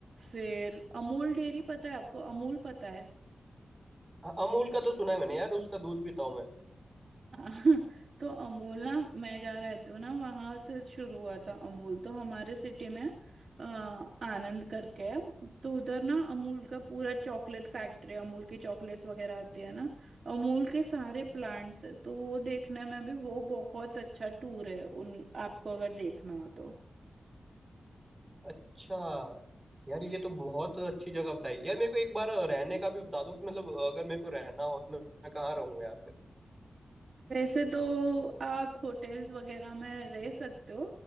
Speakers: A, on the right; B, on the right.
A: फिर अमूल डेयरी पता है आपको अमूल पता है
B: हाँ, अमूल का तो सुना है मैंने यार उसका दूध पीता हूँ मैं
A: हाँ, <laughs> तो अमूल ना मैं जा रहती हूँ ना वहां से शुरू हुआ था अमूल तो हमारे सिटी में अ, आनंद करके है तो उधर ना अमूल का पूरा चॉकलेट फैक्ट्री अमूल की चॉकलेट्स वगैरह आती है ना अमूल के सारे प्लांट्स है तो वो देखने में भी वो बहुत अच्छा टूर है उन आपको अगर देखना हो तो
B: अच्छा यार ये तो बहुत अच्छी जगह बताई यार मेरे को एक बार रहने का भी बता दो कि मतलब अगर मेरे को रहना हो तो मैं, मैं कहाँ रहूँ यार फिर
A: वैसे तो आप होटल्स वगैरह में रह सकते हो